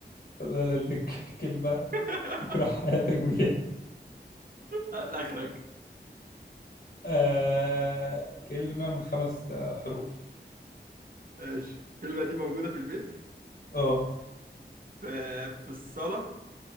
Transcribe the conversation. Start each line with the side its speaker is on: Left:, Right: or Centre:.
Left: لا لا لك <laughs> كلمة
Right: <laughs>
Left: تكره حياتك بيها
Right: هات اخرك
Left: آه كلمة من خمس آه، حروف
Right: ماشي الكلمة دي موجودة في البيت
Left: اه
Right: في في الصالة